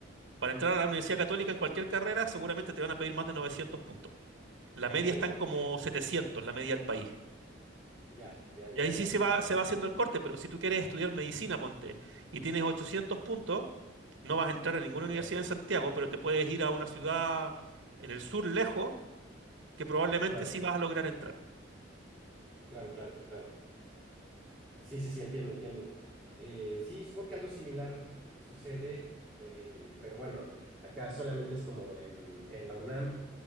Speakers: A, on the right; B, in the centre.
A: Para entrar a la Universidad Católica en cualquier carrera, seguramente te van a pedir más de 900 puntos. La
B: Ok,
A: media están
B: ok,
A: como
B: ok.
A: 700, la media del país.
B: Ya, ya, ya,
A: Y ahí sí
B: ya.
A: se va, se va haciendo el corte, pero si tú quieres estudiar medicina, ponte, y tienes 800 puntos, no vas a entrar a ninguna universidad
B: Va-
A: en Santiago, pero te puedes ir a una ciudad en el sur lejos, que probablemente
B: Claro,
A: sí vas a lograr entrar.
B: claro, claro, claro. Sí, sí, sí, entiendo, entiendo. Eh, sí, supongo que algo similar sucede, en- pero bueno, acá solamente es como en, en la UNAM.